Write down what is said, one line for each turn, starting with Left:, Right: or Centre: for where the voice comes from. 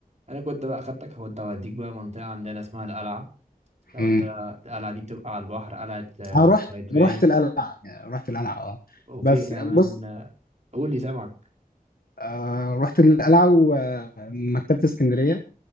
Right: انا كنت بقى خدتك كنت هوديك بقى منطقه عندنا اسمها القلعه لو
Left: امم
Right: انت القلعه دي بتبقى على البحر قلعه آه،
Left: أنا رحت
Right: قايتباي
Left: رحت القلعة يعني رحت القلعة أه
Right: وفيها
Left: بس
Right: كمان
Left: بص
Right: آه، قول لي سامعك
Left: آه رحت القلعة ومكتبة اسكندرية